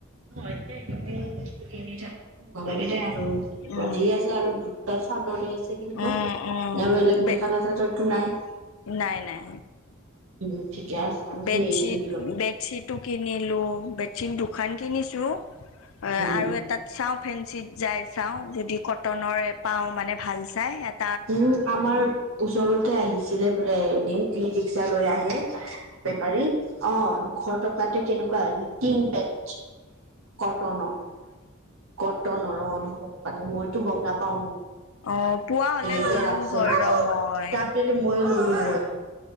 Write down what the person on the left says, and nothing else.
উম
উম উম
বে
নাই নাই।
বেডশ্বীট
- বেডশ্বীটো কিনিলো, বেডশ্বীট দুখান কিনিছো। এ
আৰু এটাত চাওঁ ফেঞ্চিত যাই চাওঁ যদি কটনৰে পাওঁ মানে ভাল চাই এট
অ পুৱা হলে
ললো
হয় ৰ মই